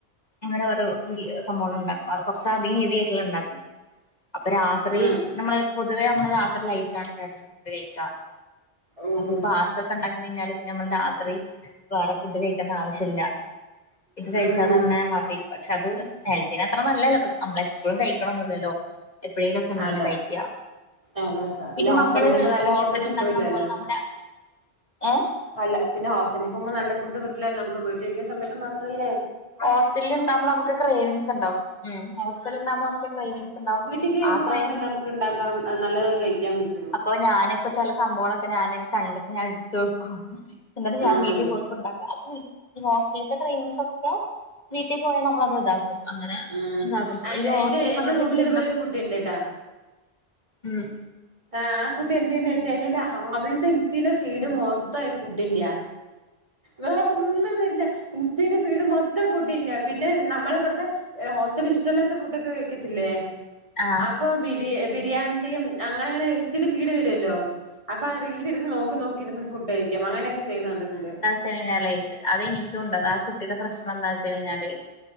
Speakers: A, on the left; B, on the right.
A: അങ്ങനെ ഓരോ ഇ സംഭവങ്ങളുണ്ടാക്കും കൊറച്ച് അധികം ഹെവി ആയിട്ടുള്ള ഇണ്ടാക്കും. അപ്പൊ രാത്രി
B: ആഹ്
A: നമ്മള് പൊതുവെ നമ്മള് രാത്രി ലൈറ്റ് ആയിട്ടാണ് ഫുഡ് കഴിക്കാ.
B: ഓഹ്
A: അപ്പൊ ഈ പാസ്തയൊക്കെയുണ്ടാക്കി കഴിഞ്ഞാല് പിന്നെ നമ്മള് രാ ത്രി വേറെ ഫുഡ്ഡ് കഴിക്കണ്ട ആവശ്യല്ല ഇത് കഴിച്ചാ
B: ഉം
A: തന്നെ മതി പക്ഷെ അത് ഹെൽത്തിനത്ര നല്ലതല്ല പക്ഷെ നമ്മള് എപ്പഴും കഴിക്കണൊന്നില്ലല്ലോ എപ്പഴേങ്കിലൊക്കെ അല്ലേ
B: അതെ
A: കഴിക്ക്യാ
B: അതെ അതെ
A: പിന്നെ
B: ഹോസ്റ്റലിൽ
A: നമ്മള്
B: പോകുമ്പോ നല്ല
A: ഹോട്ടലിലുണ്ടാക്കണ
B: ഫുഡ് കിട്ടൂലല്ലോ
A: പോലെ നമ്മുടെ ഏഹ്
B: അല്ല പിന്നെ ഹോസ്റ്റലിൽ പോകുമ്പോ നല്ല ഫുഡ് കിട്ടില്ലല്ലോ നമുക്ക് വീട്ടിലിരിക്കുന്ന സമയത്ത് മാത്രവല്ലേ
A: ഹോസ്റ്റലിൽ ഇണ്ടാകുമ്പൊ നമുക്ക് ക്രെയിവിങ്സ് ഉണ്ടാവും ഹോസ്റ്റലിൽ ഇണ്ടകുമ്പൊ നമുക്ക് ക്രെയിവിങ്സ് ഉണ്ടാവും
B: വീട്ടി വരുമ്പോ
A: ആ ക്രേവി
B: മാത്രമല്ലേ നമുക്ക് ഇണ്ടാക്കാം നല്ലത് കഴിക്കാൻ പറ്റു
A: അപ്പൊ ഞാനിപ്പോ ചെല സംഭവങ്ങളൊക്കെ ഞാന് കണ്ടിട്ട് ഞാന് എടുത്ത് വെക്കും എന്നിട്ട് ഞാൻ
B: ഉം
A: വീട്ടിൽ പോയിട്ടുണ്ടാക്കും ഹോസ്റ്റലിത്തെ ക്രെയിവിങ്ങ്സൊക്കെ വീട്ടിൽ പോയ നമ്മളത് ഇതാക്കും അങ്ങനെ
B: ഉം
A: ഇതാക്കും
B: എന്റെ
A: ഈ ഹോസ്റ്റലിൽ
B: എന്റെ എന്റെ
A: വന്നപ്പോ
B: റൂമിൽ
A: എനിക്ക്
B: ഇതുപോലെ
A: എന്തൊ
B: ഒരു കുട്ടി ഉണ്ട് ട്ടാ
A: ഉം
B: ആഹ് ആ കുട്ടി എന്ത് ചെയ്യൂന്ന് വെച്ച് കഴിഞ്ഞാല് അവളുടെ ഇൻസ്റ്റയിലെ ഫീഡ് മൊത്തം ഫുഡ്ഡിന്റെയാ വേറൊന്നും വരില്ല ഇൻസ്റ്റയിലെ ഫീഡ് മൊത്തം ഫുഡ്ഡിന്റെയാ പിന്നെ നമ്മള് ഇവിടുത്തെ ഹോസ്റ്റലിൽ ഇഷ്ടവില്ലാത്ത ഫുഡ്ഡൊക്കെ കഴിക്കത്തില്ലേ
A: ആഹ്
B: അപ്പൊ ബിരി ബിരിയാണ്ടിയും അങ്ങനെ അങ്ങനെ ഇൻസ്റ്റശില് ഫീട് വരുല്ലോ അപ്പൊ ആ റീൽസ് ഇരുന്ന് നോക്കി നോക്കി ഇരുന്ന് ഫുഡ്ഡ് കയിക്കും അങ്ങനെയൊക്കെ ചെയ്യുന്നെ കണ്ടിട്ടുണ്ട്
A: <unintelligible> അത് എനിക്കും ഉണ്ട് ആഹ് കുട്ടിയുടെ പ്രശ്നം എന്താന്ന് വെച്ച് കഴിഞ്ഞാല്